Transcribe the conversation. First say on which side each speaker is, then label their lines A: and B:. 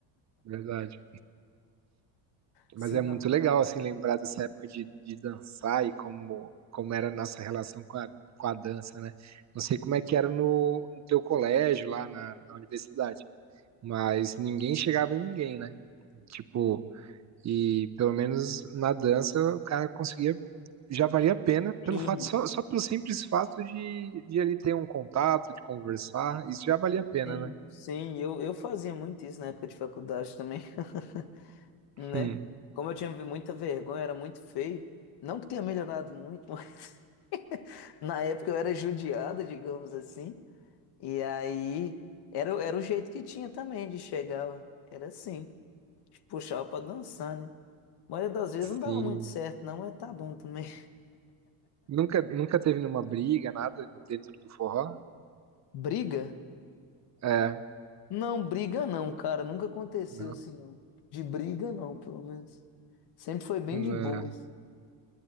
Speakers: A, on the right (about 35°); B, on the left (about 55°).
A: Verdade.
B: Se
A: Mas é muito
B: lá.
A: legal, assim, lembrar dessa época de, de dançar e como, como era a nossa relação com a, com a dança, né? Não sei como é que era no, no teu colégio, lá na, na universidade, mas ninguém chegava em ninguém, né? Tipo, e pelo menos na dança o cara conseguia, já valia a pena pelo
B: Sim,
A: fato, só, só pelo simples fato de, de ele ter um contato, de conversar, isso já valia a pena,
B: sim,
A: né?
B: sim. Eu, eu fazia muito isso na época de faculdade também, <laughs> né?
A: Hum,
B: Como eu tinha muita vergonha, era muito feio. Não que tenha melhorado muito, <laughs> mas na época eu era judiado, digamos assim. E aí era, o- era o jeito que tinha também de chegar, ué. Era assim. Puxava pra dançar, né? A maioria das vezes
A: sim.
B: não dava muito certo, não, mas tá bom também.
A: Nunca, nunca teve nenhuma briga, nada dentro do forró?
B: <laughs> Briga?
A: É,
B: Não, briga não, cara. Nunca aconteceu
A: não,
B: assim, não. De briga não, pelo menos. Sempre foi bem
A: não.
B: de boas.